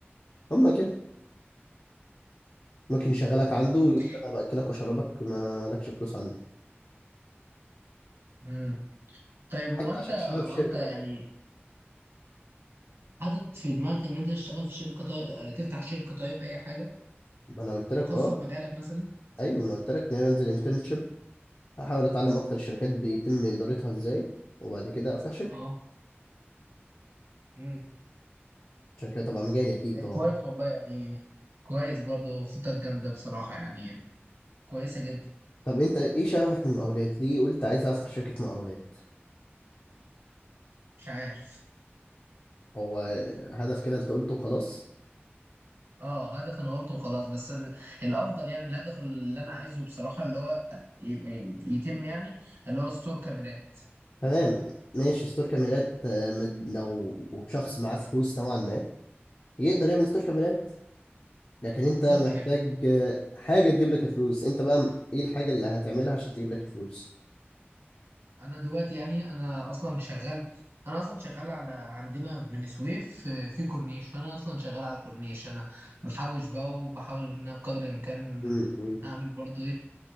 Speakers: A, on the left; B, on the right.
A: هما كده ممكن يشغلك عنده
B: مم.
A: ويقول لك انا باكلك واشربك ما لكش فلوس عندي
B: مم. طيب هو
A: حتى
B: انت
A: عشان
B: هو
A: تشتغل في شركه
B: انت يعني
A: برضه
B: حاطط في دماغك ان انت تشتغل في شركه طيب اه، تفتح شركه طيب اي حاجه
A: ما انا قلت لك
B: خاصه
A: اه
B: بمجالك مثلا
A: ايوه ما انا قلت لك ان انا انزل انترنشيب احاول اتعلم اكتر الشركات بيتم ادارتها ازاي وبعد كده افتح شركه
B: اه امم
A: شركة تبع مجالي أكيد طبعا
B: كويس والله يعني كويس برضو خطتك جامده بصراحه يعني كويسه جدا
A: طب أنت إيه شغفك من المقاولات؟ ليه قلت عايز أفتح شركة مقاولات؟
B: مش عارف
A: هو هدف كده أنت قلته خلاص
B: اه هدف انا قلته وخلاص بس ال- الافضل يعني الهدف اللي انا عايزه بصراحه اللي هو ي- يتم يعني اللي هو ستور كاميرات
A: تمام ماشي ستور كاميرات آه، مد- لو شخص معاه فلوس نوعا ما يقدر يعمل ستور كاميرات لكن
B: بالظبط
A: أنت محتاج
B: كده
A: آه، حاجة تجيب لك الفلوس أنت بقى إيه الحاجة اللي هتعملها عشان تجيب لك الفلوس؟
B: انا دلوقتي يعني انا اصلا شغال انا اصلا شغال على عندنا في بني سويف آه، في كورنيش فانا اصلا شغال على الكورنيش انا بحوش بقى وبحاول ان انا بقدر الامكان
A: امم
B: اعمل برضو ايه